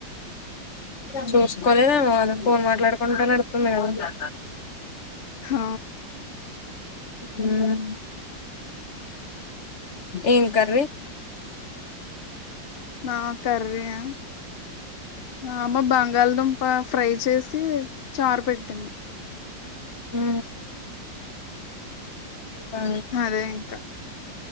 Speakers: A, on the left; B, on the left.
A: ఆ చూస్కోలేదేమో అదె
B: హ్మ్.
A: ఫోన్ మాట్లాడు కొంట నడుతుంది గద
B: హ
A: ఉమ్ ఎన్ కర్రి
B: మా కరీ ఆ మా అమ్మ బంగాల్దుంప ఫ్రై చేసీ చారు పెట్టింది
A: హు ఆ
B: అదే ఇంకా